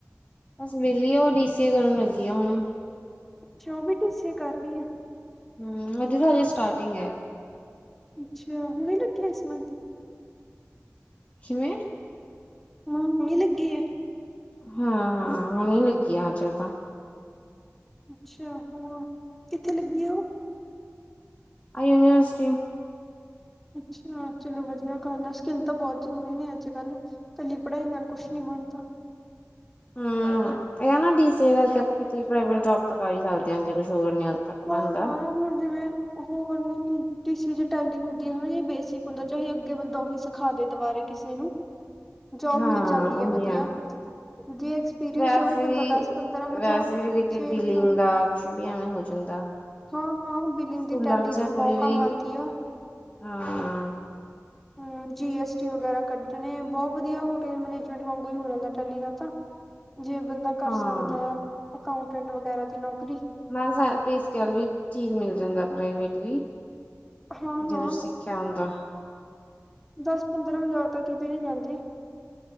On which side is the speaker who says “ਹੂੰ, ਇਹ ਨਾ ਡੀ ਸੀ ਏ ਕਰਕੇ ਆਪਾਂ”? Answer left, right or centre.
Left